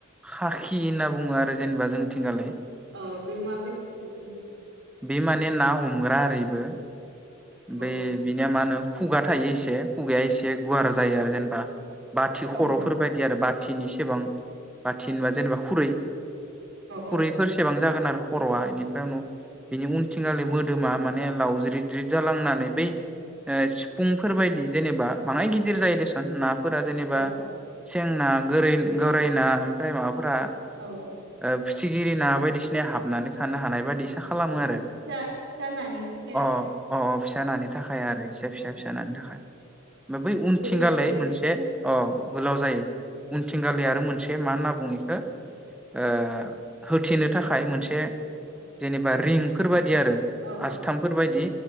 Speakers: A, in the centre; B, on the right (about 60°).
A: खाखि होनना बुङो आरो जेनेबा जोंथिंगालाय
B: औ बे मा बादि जायो
A: बे माने ना हमग्रा ओरो एबो
B: औ
A: बे बिनिया मा होनो खुगा थायो एसे खुगाया एसे गुवार जायो आरो जेनेबा बाथि
B: औ
A: खर'फोरबायदि
B: औ
A: आरो बा थिनिसेबां बाथि होनबा जेनेबा खुरै
B: औ
A: खुरैफोरसेबां जागोन आरो खर'आ एनिफ्राय उनाव एनिफ्राय उनथिंगाले मोदोमा माने लावज्रिद ज्रिद जालांनानै बै ओ सिफुंफोर बायदिनो जेनेबा बाङाइ गिदिर जायो देसन ना फोरा जेनेबा
B: औ
A: सेंना गोरै-गोरैना ओमफ्राय माबाफोर फोरा
B: औ औ
A: ओब फिथिगिरि ना बायदिसिनाया हाबनानै थानो हानाय बायदि इसा खालामो
B: अ फिसा
A: आरो
B: फिसा नानि थाखाय
A: अ
B: आरो
A: अ अ फिसा नानि थाखाय आरो इसे फिसा
B: औ
A: फिसा नानि थाखाय। ब बै उनथिंगालाय
B: गोलाव जायो
A: मोनसे औ गोलाव जायो उनथिंगाले आरो मोनसे बे मा होनना बुङो बेखो ओ होथेनो थाखाय मोनसे
B: अ
A: जेनेबा रिं फोरबादि बिदि आरो
B: अ
A: आस्थामफोरबायदि
B: औ